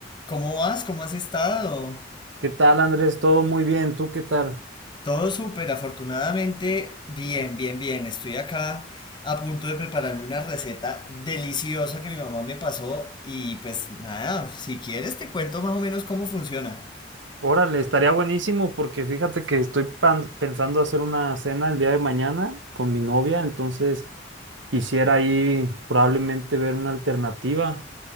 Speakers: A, on the left (about 25°); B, on the right (about 75°).
A: ¿Cómo vas? ¿Cómo has estado?
B: ¿Qué tal, Andrés? Todo muy bien. ¿Tú qué tal?
A: Todo súper, afortunadamente. Bien, bien, bien. Estoy acá a punto de prepararme una receta deliciosa que mi mamá me pasó. Y pues nada, si quieres te cuento más o menos cómo funciona.
B: Órale, estaría buenísimo porque fíjate que estoy pan- pensando hacer una cena el día de mañana con mi novia, entonces quisiera ahí probablemente ver una alternativa.